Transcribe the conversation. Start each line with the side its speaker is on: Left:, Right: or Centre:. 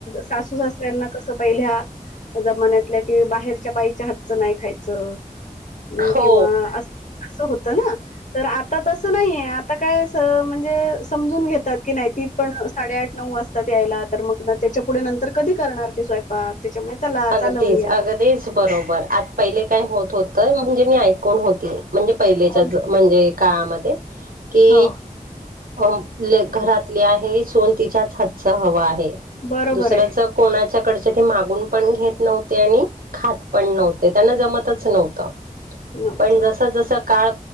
Left: सासू सासऱ्यांना कसं पाहिल्या जमान्यातल्या कि बाहेरच्या बाईच्या हातचं नाही खायचं अम्
Right: हो
Left: किंवा अस अस होत ना तर आता तसं नाहीे आता काय म्हणजे समजून घेतात की नाहीती पण साडेआठ नऊ वाजतात यायला तर मग त्याच्या पुढे नंतर कधी करणार ते स्वयंपाक त्याच्यामुळे चला
Right: अगदीच
Left: चालवून घ्या
Right: अगदीच बरोबर आता पहिले काय होत होतं म्हणजे मी ऐकून होती म्हणजे पहिलेच्याच
Left: हो
Right: म्हणजे काळामध्ये कि
Left: हो.
Right: अ घरातले आहे सोन तिच्याच हातचं हवा आहे
Left: बरोबर
Right: दुसर
Left: आहे
Right: कोणाच्या कडचे ते मागून पण घेत नव्हते आणि खात पण नव्हते त्यांना जमतच नव्हत
Left: नव्हतं
Right: पण जस जस काळ